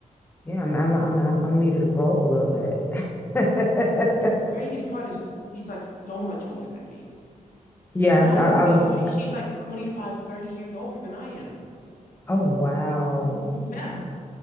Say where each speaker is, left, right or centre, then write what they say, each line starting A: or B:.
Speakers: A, on the left; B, on the left.
A: Yeah, I'm I'm I'm I'm, I'm gonna grow up a little bit. <laughs>
B: And the craziest part is she's like so much older than me.
A: Yeah,
B: Like not
A: I,
B: in
A: I
B: a mean
A: was.
B: way. She's like 25, 30 years older than I am.
A: Oh wow.
B: Yeah.